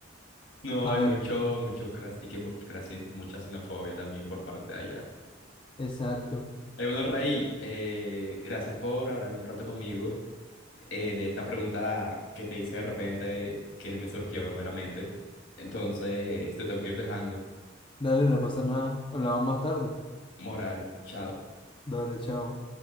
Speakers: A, on the left; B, on the left.
A: No,
B: a
A: hay
B: ver,
A: mucho, mucho cras y que mu- crasi- mucha xenofobia también por parte de allá.
B: exacto.
A: Hay uno, Rey, eh, gracias por hablar un rato conmigo. eh, de esta pregunta que te hice de repente que me surgió de la mente. Entonces, te tengo que ir dejando.
B: Dale, no pasa nada. Hablamos más tarde.
A: Moral, chao.
B: Dale, chao.